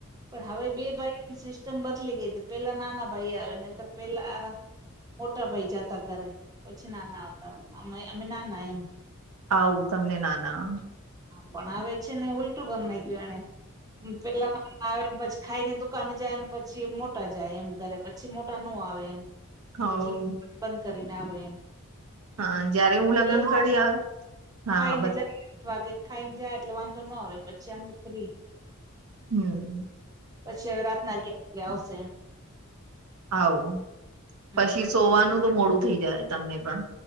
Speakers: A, on the right; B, on the right.
A: પણ હવે બે ભાઈઓની સિસ્ટમ બદલી ગઈ તે પેલા નાના ભાઈ આવે નઈતર પેલા મોટા ભાઈ જાતા ઘરે પછી નાના આવતા અમે અમે નાના એમ
B: આવું તમને નાના
A: પણ આવે છે ને ઉલટું કરી નાયખુ એણે પેલા આવે ને પછી ખાઈને દુકાને જાય ને પછી મોટા જાય એમ ઘરે પછી મોટા નો આવે એમ
B: હ હા
A: પછી બંધ કરીને આવે એમ
B: હાં જયારે હું લગ્ન
A: એ હા
B: કરી આવી હાં
A: ખાઈને
B: બ
A: જાય આઠ વાગે ખાઈ ને જાય એટલે વાંધો ન આવે પછી અમે ફ્રી
B: હમ
A: પછી અવે રાતના અગિયાર વાગે આવશે
B: આવુ
A: હમ
B: પછી સોવાનું તો મોડું થઈ જાય તમને પણ